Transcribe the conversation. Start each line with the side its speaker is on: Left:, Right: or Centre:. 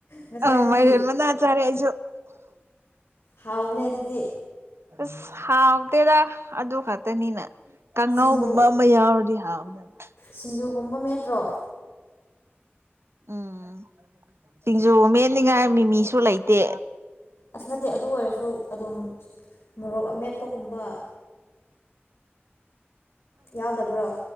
Left: ꯉꯁꯥꯏꯗꯤ
Right: ꯑ ꯃꯥꯏꯔꯦꯟ ꯃꯅꯥ ꯆꯥꯔꯦ ꯑꯩꯁꯨ ꯑ
Left: ꯍꯥꯎꯕꯅꯦ ꯑꯗꯨꯗꯤ
Right: ꯑꯁ ꯍꯥꯎꯗꯦꯗ ꯑꯗꯨ ꯈꯛꯇꯅꯤꯅ ꯀꯥꯡꯍꯥꯎꯒꯨꯝꯕ
Left: ꯁꯤꯡꯖꯨ
Right: ꯑꯃ ꯌꯥꯎꯔꯗꯤ ꯍꯥꯎꯗꯕ
Left: ꯁꯤꯡꯖꯨꯒꯨꯝꯕ ꯃꯦꯠꯇ꯭ꯔꯣ
Right: ꯎꯝ ꯁꯤꯡꯖꯨ ꯃꯦꯟꯠꯅꯤꯉꯥꯏ ꯃꯤꯃꯤꯁꯨ ꯂꯩꯇꯦ
Left: ꯑꯁ ꯅꯠꯇꯦ ꯑꯗꯨ ꯑꯣꯏꯔꯁꯨ ꯑꯗꯨꯝ ꯃꯣꯔꯣꯛ ꯑꯃꯦꯠꯄꯒꯨꯝꯕ ꯌꯥꯎꯗꯕ꯭ꯔꯣ